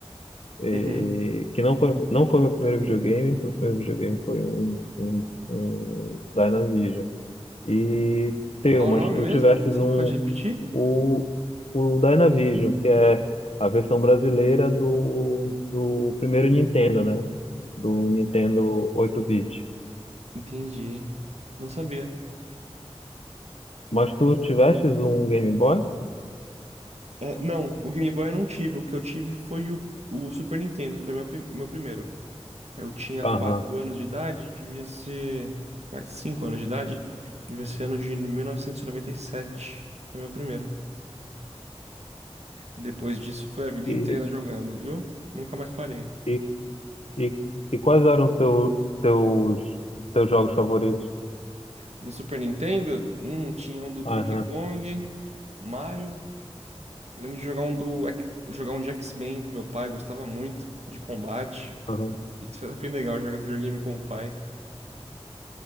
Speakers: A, on the left (about 75°); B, on the right (about 90°).
A: e,
B: Uhum.
A: que não foi, não foi meu primeiro videogame, meu primeiro videogame foi um, um, um Dynavision. E teu,
B: Qual
A: mas
B: o nome
A: tu
B: mesmo?
A: tivestes
B: Você
A: um
B: pode repetir?
A: o, o Dynavision, que é a versão brasileira do, do primeiro Nintendo, né? Do Nintendo 8-bit.
B: Entendi. Não sabia.
A: Mas tu tivestes um Game Boy?
B: É, não, o Game Boy eu não tive. O que eu tive foi o, o Super Nintendo, foi meu, prim- o meu primeiro. Eu tinha
A: Aham.
B: 4 anos de idade, devia ser. Quase 5 anos de idade, devia ser ano de 1997. Foi meu primeiro. Depois disso foi a vida
A: E,
B: inteira jogando, viu? Nunca mais parei.
A: e, e, e quais eram teu, teus, teus jogos favoritos?
B: No Super Nintendo, hum, tinha um do Donkey
A: Aham,
B: Kong, Mario. Eu lembro de jogar um do X- jogar um de X-Men com meu pai, gostava muito de combate.
A: aham,
B: <laughs> Isso era bem legal jogar videogame com o pai.